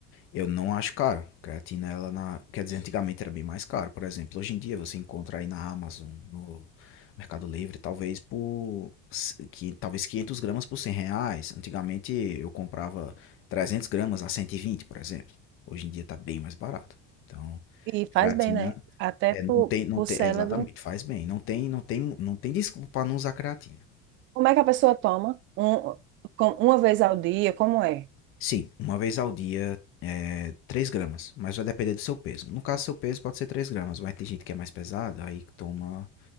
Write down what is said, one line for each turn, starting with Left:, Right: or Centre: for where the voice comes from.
Left: Eu não acho caro. Creatina, ela na. Quer dizer, antigamente era bem mais caro. Por exemplo, hoje em dia você encontra aí na Amazon, no Mercado Livre, talvez por. s- Que, talvez 500 gramas por 100 reais. Antigamente eu comprava 300 gramas a 120, por exemplo. Hoje em dia tá bem mais barato. Então,
Right: E faz
Left: creatina.
Right: bem, né? Até
Left: É, não
Right: pro,
Left: tem, não
Right: pro
Left: tem,
Right: cérebro.
Left: exatamente, faz bem. Não tem, não tem, não tem desculpa para não usar creatina.
Right: Como é que a pessoa toma? Um, com- uma vez ao dia, como é?
Left: Sim, uma vez ao dia é 3 gramas, mas vai depender do seu peso. No caso, seu peso pode ser 3 gramas, mas tem gente que é mais pesada, aí que toma,